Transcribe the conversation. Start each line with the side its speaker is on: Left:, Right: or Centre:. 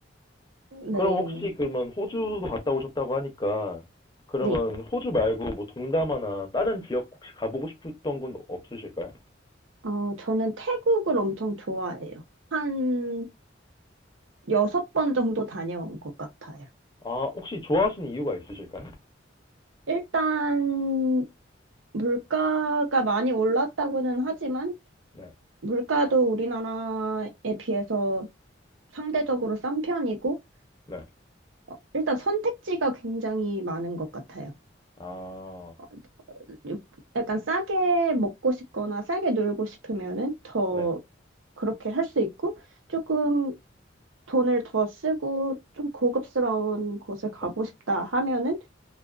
Right: 네.
Left: 그럼 혹시 그러면 호주도 갔다 오셨다고 하니까 그러면
Right: 네.
Left: 호주 말고 뭐 동남아나 다른 지역 혹시 가보고 싶었던 곳 없으실까요?
Right: 어, 저는 태국을 엄청 좋아해요. 한 여섯 번 정도 다녀온 것 같아요.
Left: 아, 혹시 좋아하시는 이유가 있으실까요?
Right: 일단, 물가가 많이 올랐다고는 하지만,
Left: 네,
Right: 물가도 우리나라에 비해서 상대적으로 싼 편이고,
Left: 네.
Right: 어, 일단 선택지가 굉장히 많은 것 같아요.
Left: 아,
Right: 어, 요- 약간 싸게 먹고 싶거나 싸게 놀고 싶으면은 더
Left: 네,
Right: 그렇게 할 수 있고, 조금 돈을 더 쓰고 좀 고급스러운 곳을 가고
Left: 네,
Right: 싶다 하면은